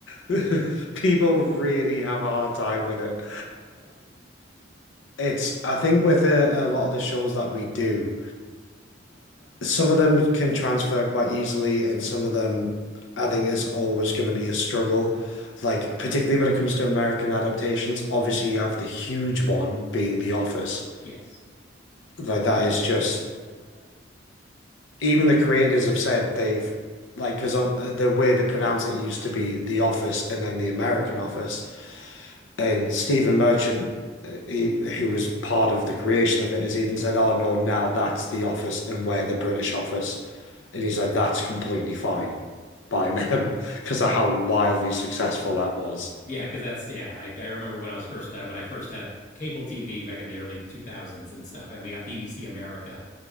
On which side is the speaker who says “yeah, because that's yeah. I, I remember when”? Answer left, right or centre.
Left